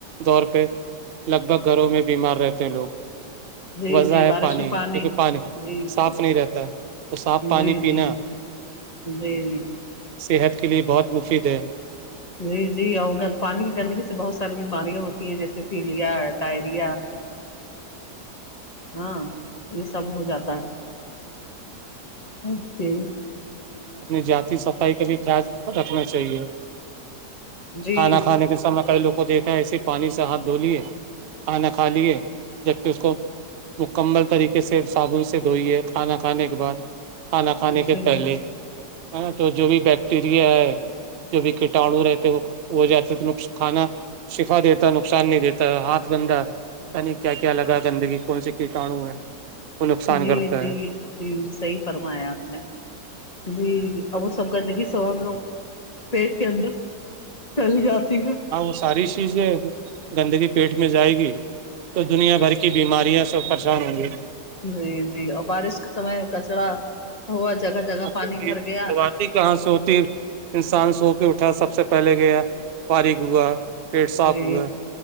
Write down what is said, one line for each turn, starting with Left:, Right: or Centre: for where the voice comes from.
Right: دور پہ لگ بھگ گھروں میں بیمار رہتے ہیں لوگ
Left: جی
Right: وجہ
Left: جی
Right: ہے
Left: بارش
Right: پانی
Left: میں
Right: کیونکہ پانی
Left: جی
Right: صاف
Left: جی
Right: نہیں رہتا ہے تو صاف پانی
Left: جی
Right: پینا
Left: جی جی
Right: صحت کے لیے بہت مفید ہے
Left: جی جی اور گ پانی گندگی سے بہت ساری بیماریاں ہوتی ہیں جیسے پ د تری ہاں یہ سب ہو جاتا ہے ا
Right: اپنی جاتی صفائی کا بھی خیال رکھنا چاہیے
Left: جی
Right: کھانا کھانے کے سام میں کئی لوگ کو دیکھ ایسے پانی سے ہاتھ دھو لیے کانا کھا لیے جبکہ اس کو مکت کمبل طریقے سے صابن سے دھوئی ہے کھانا کھانے کے بعد کھانا
Left: جی
Right: کھانے کے
Left: جی
Right: پہلے ہ تو جو بھی بیکٹیریا ہے جو بھی کٹاڑو رہتے وہ وہ جاتے تو نقص کھانا شفا دیتا ہے نقصان نہیں دیتا ہاتھ گندا یعنی کیا کیا لگا گندگی کون سےی کیٹاانو ہے کو نقصان
Left: جی
Right: کرتا
Left: جی
Right: ہے
Left: جی صحی فرمایا آپ نے جی ا وہ سب گنے کی سو ہم لوگ پیٹ کے اندر چلی جات س گا
Right: ہاں وہ ساری چیزیں گندگی پیٹ میں جائے گی تو دنیا بھر کی بیماریاں سب پریشان ہوں گی
Left: جی جی اور بارش کے سمے کچرا ہوا جگہ جگہ
Right: اب
Left: پانی
Right: دیکھیے
Left: بھر گیا
Right: شروعاتی کہاں سے ہوتی انسان سو کے اٹھا سب سے پہلے گیا پاری گووا پیٹ صاف
Left: جی
Right: ہوا ہے